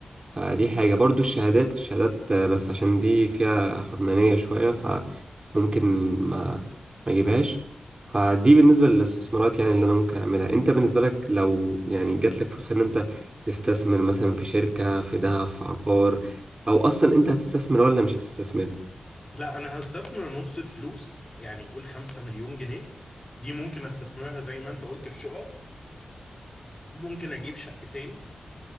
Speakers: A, on the right; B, on the left.
A: آه، دي حاجة برضو الشهادات الشهادات آه، بس عشان دي فيها حرمانية شوية فممكن ما ما اجيبهاش فدي بالنسبة للاستثمارات يعني اللي أنا ممكن أعملها أنت بالنسبة لك لو يعني جات لك فرصة إن أنت تستثمر مثلا في شركة في ذهب في عقار أو أصلا أنت هتستثمر ولا مش هتستثمر؟
B: لا انا هستثمر نص الفلوس يعني قول 5 مليون جنيه دي ممكن استثمرها زي ما انت قلت في شقق ممكن اجيب شقتين